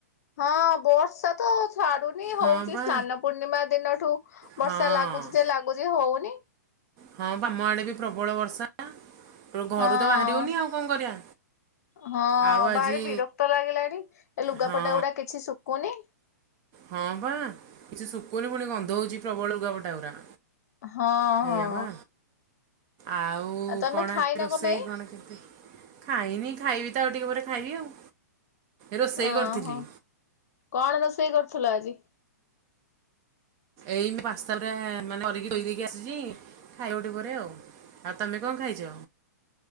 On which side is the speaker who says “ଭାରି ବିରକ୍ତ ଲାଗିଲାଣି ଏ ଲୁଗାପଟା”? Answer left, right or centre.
Left